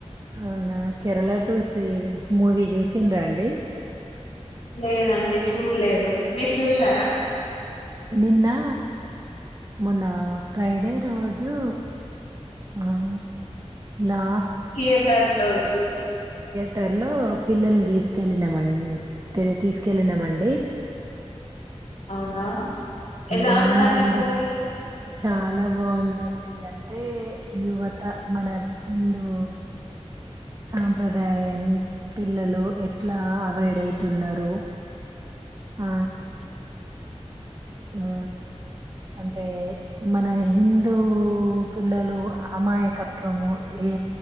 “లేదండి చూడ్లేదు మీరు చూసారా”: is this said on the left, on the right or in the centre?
Left